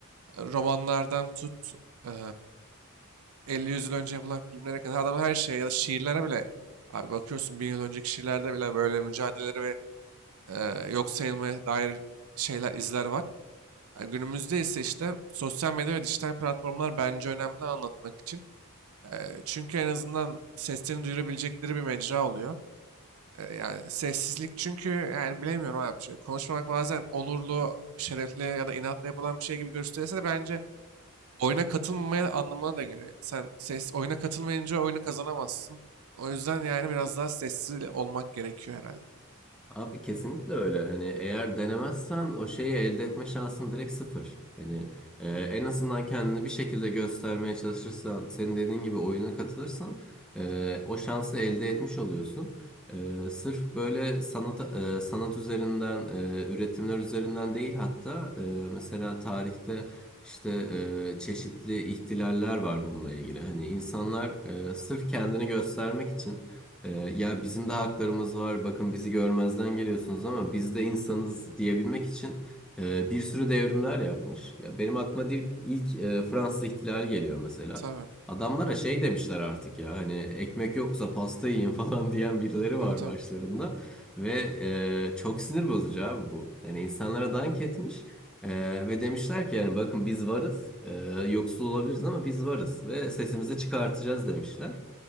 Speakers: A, on the right (about 80°); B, in the centre.
A: Romanlardan tut eee 50 yüz yıl önce yapılan filmlere kadar adam her şeye ya da şiirlere bile abi bakıyorsun bin yıl önceki şiirlerde bile böyle mücadeleleri ve eee, yok sayılmaya dair şeyler, izler var. Yani günümüzde ise işte sosyal medya ve dijital platformlar bence önemli anlatmak için. Eee, çünkü en azından seslerini duyurabilecekleri bir mecra oluyor. Eee, yani sessizlik çünkü yani bilemiyorum abi. Çünkü konuşmamak bazen onurlu, şerefli ya da inatla yapılan bir şey gibi gösterilse de bence oyuna katılmamaya anlamına da geliyor. Sen ses oyuna katılmayınca oyunu kazanamazsın. O yüzden yani biraz daha sessiz olmak gerekiyor herhalde.
B: Abi kesinlikle öyle. Hani eğer denemezsen o şeyi elde etme şansın direkt sıfır. Hani e, en azından kendini bir şekilde göstermeye çalışırsan, senin dediğin gibi oyuna katılırsan e, o şansı elde etmiş oluyorsun. E, sırf böyle sanat e, sanat üzerinden, e, üretimler üzerinden değil hatta e, mesela tarihte işte e, çeşitli ihtilaller var bununla ilgili. Hani insanlar e, sırf kendini göstermek için ee, ya bizim de haklarımız var. Bakın bizi görmezden geliyorsunuz ama biz de insanız diyebilmek için e, bir sürü devrimler yapmış. Ya benim aklıma ilk, ilk e, Fransız İhtilali geliyor mesela.
A: Tabii,
B: Adamlara şey demişler artık ya hani ekmek yoksa pasta yiyin <laughs> falan diyen birileri
A: tabii
B: var
A: tabii.
B: başlarında ve e, çok sinir bozucu abi bu. Yani insanlara dank etmiş e, ve demişler ki yani bakın biz varız. E, yoksul olabiliriz ama biz varız ve sesimizi çıkartacağız demişler.